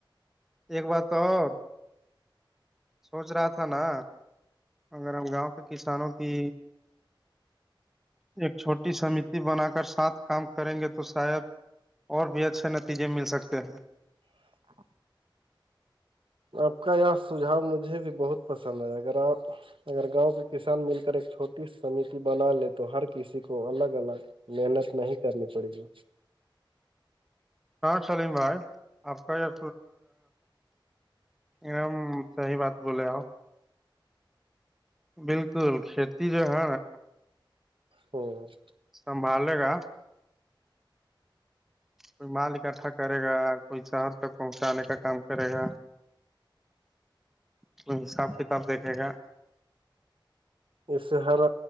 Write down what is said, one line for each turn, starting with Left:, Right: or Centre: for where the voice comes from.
Centre: ایک بات اور سوچ رہا تھا نا اگر ہم گاؤں کے کسانوں کی ایک چھوٹی سمتی بنا کر سات کام کریں گے تو شاید اور بھی اچھے نتیجے مل سکتے ہیں
Right: <inaudible> آپ کا یہ سجاؤ مجھے بھی بہت پسند ہے اگر آپ اگر گاؤں کے کسان مل کر ایک چھوٹی سمتی بنا لے تو ہر کسی کو الگ الگ محنت نہیں کرنی پڑے گی
Centre: ہاں سلیم بھائی آپ کا یہ نم صحیح بات بولے بالکل کھیتی جو ہے نا
Right: ہوں <inaudible>
Centre: سنبھالے گا کوئی مال اکٹھا کرے گا کوئی شہر تک پہنچانے کا کام کرے گا کو حساب کتاب دیکھے گا
Right: اس سے ہر